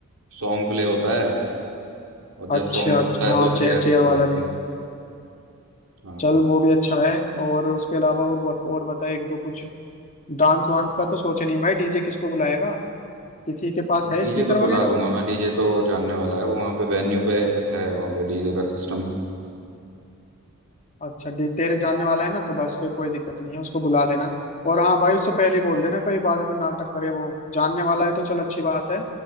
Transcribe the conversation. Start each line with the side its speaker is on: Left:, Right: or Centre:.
Right: सॉन्ग प्ले होता है और जब
Left: अच्छा
Right: सॉन्ग रुकता
Left: अच्छा
Right: है
Left: हाँ
Right: तो
Left: चेयर
Right: चेयर्स
Left: चेयर
Right: पे बैठते
Left: वाला भी
Right: हैं हाँ
Left: चल वो भी अच्छा है और उसके अलावा और बत- और बता एक दो कुछ डांस वांस का तो सोचे नहीं भाई डीजे किसको बुलाएगा किसी के पास है
Right: डीजे
Left: स्पीकर
Right: तो बुला
Left: वगैरह
Right: लूंगा मैं डीजे तो जानने वाला है वो वहाँ पे वेन्यू पे है वहाँ पे डीजे का सिस्टम
Left: अच्छा डी- तेरे जानने वाला है ना तो बस फिर कोई दिक्कत नहीं है उसको बुला लेना और हाँ भाई उससे पहले ही बोल देना कहीं बाद में नाटक करे वो जानने वाला है तो चल अच्छी बात है